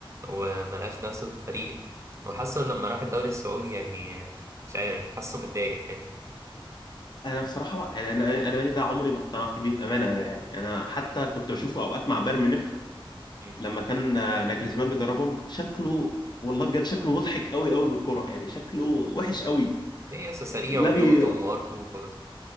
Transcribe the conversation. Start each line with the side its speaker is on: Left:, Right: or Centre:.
Right: وملقاش نفسه في الفريق وحاسه لما راح الدوري السعودي يعني مش عارف حاسه متضايق فاهم
Left: انا بصراحه يعني انا انا ماني ده عمري ما اقتنعت بيه بامانه أنا يعني انا حتى كنت بشوفه اوقات مع بايرن ميونخ
Right: مم.
Left: لما كان آه، ناجلزمان بيدربهم شكله والله بجد شكله مضحك قوي قوي بالكرة يعني شكله وحش قوي
Right: ليه يس سريع
Left: لا
Right: وبيقطم
Left: بي
Right: وارتو برضه